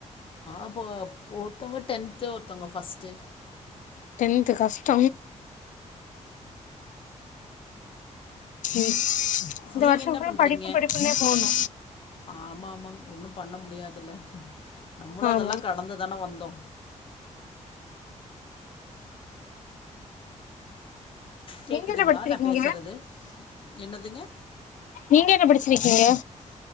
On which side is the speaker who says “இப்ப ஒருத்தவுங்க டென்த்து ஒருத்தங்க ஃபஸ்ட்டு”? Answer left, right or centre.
Left